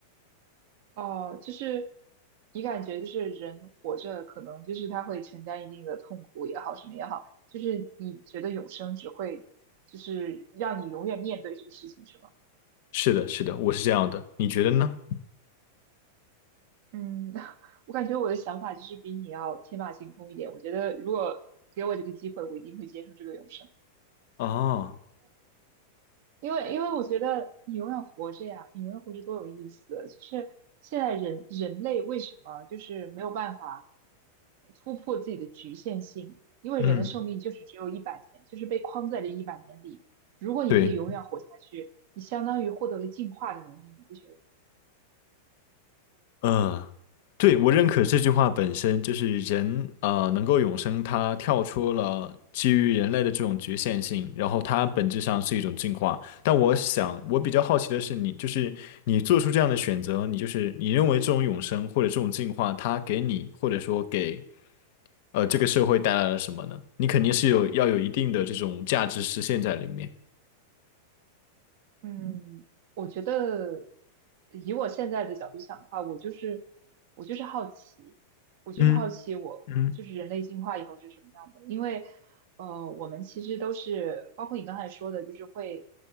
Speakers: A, on the right; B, on the left.
A: 哦，就是你感觉就是人活着，可能就是他会承担一定的痛苦也好，什么也好，就是你觉得永生只会就是让你永远面对这个事情，是吗？
B: 是的，是的，我是这样的，你觉得呢？
A: 嗯，<laughs> 我感觉我的想法就是比你要天马行空一点。我觉得如果给我这个机会，我一定会接受这个永生。
B: 哦，
A: 因为因为我觉得你永远活着呀，你永远活着多有意思。就是现在人人类为什么就是没有办法突破自己的局限性？因为人的寿命就是只有一百年，
B: 嗯。
A: 就是被框在这一百年里。如果你可以永远活下去，
B: 对，
A: 你相当于获得了进化的能力，你不觉得吗？
B: 呃，对，我认可这句话本身就是人啊呃能够永生，它跳出了基于人类的这种局限性，然后它本质上是一种进化。但我想，我比较好奇的是你，就是你做出这样的选择，你就是你认为这种永生或者这种进化，它给你或者说给呃这个社会带来了什么呢？你肯定是有要有一定的这种价值实现在里面。
A: 嗯，我觉得以我现在的角度想的话，我就是我就是好奇，我就是好奇我，
B: 嗯嗯。
A: 就是人类进化以后是什么样的。因为呃，我们其实都是，包括你刚才说的，就是会